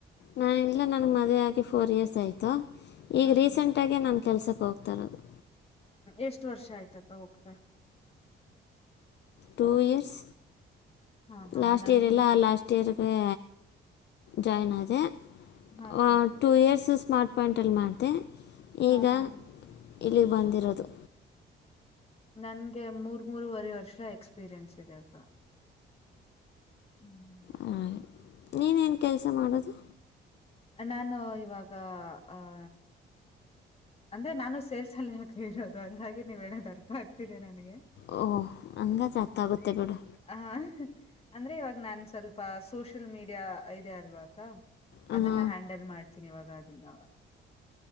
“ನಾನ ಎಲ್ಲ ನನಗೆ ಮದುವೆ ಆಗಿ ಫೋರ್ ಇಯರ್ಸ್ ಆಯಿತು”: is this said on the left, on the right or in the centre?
Left